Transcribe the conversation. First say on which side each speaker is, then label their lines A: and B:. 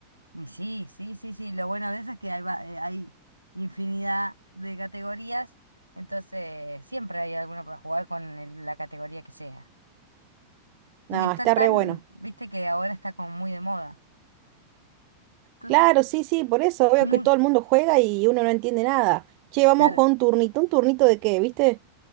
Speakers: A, on the right; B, on the right.
A: Y sí, sí, sí, sí, lo bueno de eso es que hay, va- eh, hay infinidad de categorías, entonces siempre hay alguno para jugar con el- la categoría que sea.
B: No,
A: Y está
B: está
A: tan,
B: re bueno.
A: viste que ahora está como muy de moda. Entonces,
B: Claro, sí, sí, por eso veo
A: muy,
B: que todo el mundo juega y uno no entiende nada. Che, vamos
A: claro.
B: a jugar un turnito, un turnito de qué, ¿viste?